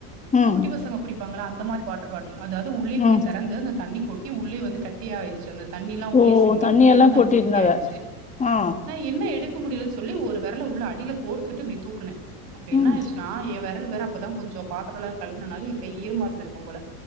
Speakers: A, on the left (about 15°); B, on the right (about 90°).
A: ம்,
B: குட்டி பசங்க குடிப்பாங்களா அந்த மாரி வாட்டர் பாட்டில் அதாவது உள்ளே
A: ம்.
B: குடி தெறந்து அந்த தண்ணி கொட்டி உள்ளே வந்து கட்ட ட்டி ஆயிடுச்சி அந்த தண்ணில்லா உள்ளே
A: ஓ!
B: சிந்தி
A: தண்ணியெல்லாம்
B: உள்ளேயே வந்து
A: கொட்டிருந்தாங்க.
B: ஐஸ் கட்டிய ஆயிடுச்சு
A: ஆ.
B: ந என்ன எடுக்க முடியலன்னு சொல்லி ஒரு வெரல உள்ள அடியில கோர்த்துட்டு இப்டி தூக்குனே அப்ப
A: ம்,
B: என்ன ஆயிச்சுன்னா ஏ வெரல் வேற அப்பதா கொஞ்சோ பாத்தரலா கழுவுனால எ கை ஈரமா இருந்துருக்கும் போல